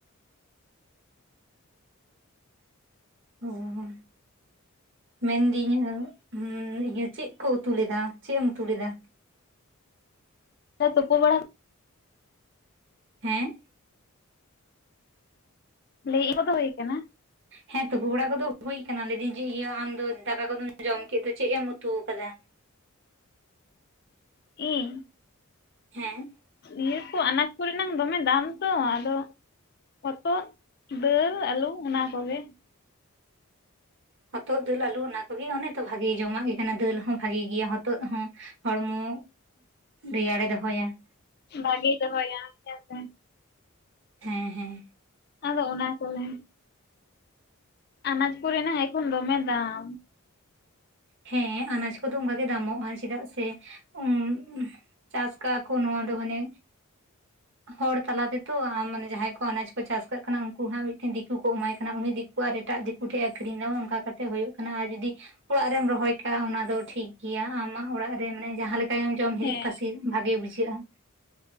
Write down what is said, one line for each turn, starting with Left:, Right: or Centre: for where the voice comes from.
Right: ᱚ ᱾ ᱢᱮᱱᱫᱤᱧ ᱦᱩᱸ ᱤᱭᱟᱹ ᱪᱮᱫ ᱠᱩ ᱩᱛᱩ ᱞᱮᱫᱟ? ᱪᱮᱫ ᱮᱢ ᱩᱛᱩ ᱞᱮᱫᱟ?
Left: ᱛᱳᱯᱳ ᱵᱟᱲᱟ
Right: ᱦᱮᱸ
Left: ᱞᱟᱹᱭ <unintelligible> ᱫᱚ ᱦᱩᱭ ᱠᱟᱱᱟ ᱾
Right: ᱦᱮᱸ ᱛᱩᱯᱩ ᱵᱟᱲᱟ ᱠᱚᱫᱚ ᱦᱩᱭ ᱠᱟᱱᱟ ᱞᱟᱹᱭ ᱫᱟᱹᱧ ᱡᱮ ᱤᱭᱟᱹ ᱟᱢᱫᱚ ᱫᱟᱠᱟ ᱠᱚᱫᱚᱢ ᱡᱚᱢ ᱠᱮᱫ ᱫᱚ ᱪᱮᱫ ᱮᱢ ᱩᱛᱩᱣ ᱠᱟᱫᱟ?
Left: ᱤᱧ?
Right: ᱦᱮᱸ ᱾
Left: ᱤᱭᱟᱹ ᱠᱚ, ᱟᱱᱟᱡᱽ ᱠᱚᱨᱮᱱᱟᱝ ᱫᱚᱢᱮ ᱫᱟᱢ ᱛᱚ ᱟᱫᱚ ᱦᱚᱛᱚᱫ, ᱫᱟᱹᱞ, ᱟᱹᱞᱩ ᱚᱱᱟ ᱠᱚᱜᱮ ᱾
Right: ᱦᱚᱛᱚᱫ, ᱫᱟᱹᱞ, ᱟᱹᱞᱩ ᱚᱱᱟ ᱠᱚᱜᱮ ᱚᱱᱮ ᱛᱚ ᱵᱷᱟᱜᱮ ᱡᱚᱢᱟᱜ ᱜᱮ ᱠᱟᱱᱟ ᱫᱟᱹᱞ ᱦᱚᱸ ᱵᱷᱟᱜᱮ ᱜᱮᱭᱟ, ᱦᱚᱛᱚᱫ ᱦᱚᱸ ᱦᱚᱲᱢᱚ ᱨᱮᱭᱟᱲᱮ ᱫᱚᱦᱚᱭᱟ ᱾
Left: ᱵᱷᱟᱜᱮᱹ ᱫᱚᱦᱚᱭᱟ ᱦᱮᱸ ᱥᱮ ᱾
Right: ᱦᱮᱸ ᱦᱮᱸ ᱾
Left: ᱟᱫᱚ ᱚᱱᱟ ᱠᱚᱜᱮ ᱾ ᱟᱱᱟᱡ ᱠᱚᱨᱮᱱᱟᱝ ᱮᱠᱷᱚᱱ ᱫᱚᱢᱮ ᱫᱟᱢ ᱾
Right: ᱦᱮᱸ ᱟᱱᱟᱡ ᱠᱚᱫᱚ ᱚᱝᱠᱟ ᱜᱮ ᱫᱟᱢᱚᱜᱼᱟ, ᱪᱮᱫᱟᱜ ᱥᱮ ᱩᱸ ᱪᱟᱥ ᱠᱟᱜᱼᱟ ᱠᱚ ᱱᱚᱣᱟ ᱫᱚ ᱢᱟᱱᱮ
Left: <unintelligible>
Right: ᱦᱚᱲ ᱛᱟᱞᱟ ᱛᱮᱛᱚ ᱟᱢ ᱢᱟᱱᱮ ᱡᱟᱸᱦᱟᱸᱭ ᱠᱚ ᱟᱱᱟᱡ ᱠᱚ ᱪᱟᱥ ᱠᱟᱜ ᱠᱟᱱᱟ ᱩᱱᱠᱩ ᱦᱟᱸᱜ ᱢᱤᱫᱴᱮᱱ ᱫᱤᱠᱩ ᱠᱚ ᱮᱢᱟᱭ ᱠᱟᱱᱟ ᱩᱱᱤ ᱫᱤᱠ ᱟᱠᱣᱟᱜ ᱟᱨᱚ ᱮᱴᱟᱜ ᱫᱤᱠᱩ ᱴᱷᱮᱡ ᱮ ᱟᱠᱷᱨᱤᱧ ᱫᱟ ᱚᱱᱠᱟ ᱠᱟᱛᱮ ᱦᱩᱭᱩᱜ ᱠᱟᱱᱟ ᱟᱨ ᱡᱩᱫᱤ ᱚᱲᱟᱜ ᱨᱮᱢ ᱨᱚᱦᱚᱭ ᱠᱟᱜ-ᱟ ᱚᱱᱟ ᱫᱚ ᱴᱷᱤᱠ ᱜᱮᱭᱟ ᱟᱢᱟᱜ ᱚᱲᱟᱜ ᱨᱮ ᱢᱟᱱᱮ ᱡᱟᱦᱟᱸ ᱞᱮᱠᱟ ᱜᱮᱢ ᱡᱚᱢ ᱦᱤᱨᱤᱡ
Left: ᱦᱮᱸ
Right: ᱯᱟᱥᱤ ᱵᱷᱟᱜᱮ ᱵᱩᱡᱷᱟᱹᱜ-ᱟ ᱾